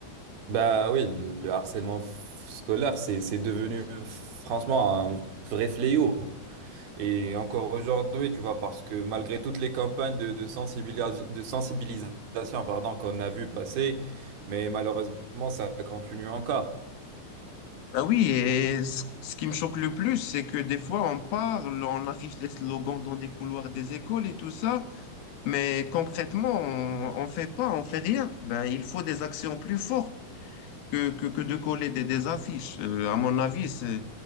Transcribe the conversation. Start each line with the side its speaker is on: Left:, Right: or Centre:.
Right: Bah oui, le harcèlement f- scolaire, c'est c'est devenu euh, franchement un vrai fléau. Et encore aujourd'hui, tu vois, parce que malgré toutes les campagnes de, de sensibilis- de sensibilisation, pardon, qu'on a vu passer, mais malheureusement, ça continue encore.
Left: Ah oui, et ce ce qui me choque le plus, c'est que des fois on parle, on affiche des slogans dans des couloirs des écoles et tout ça, mais concrètement, on, on fait pas, on fait rien. Ben, il faut des actions plus fortes. que, que, que de coller des, des affiches. Euh, à mon avis, c'est,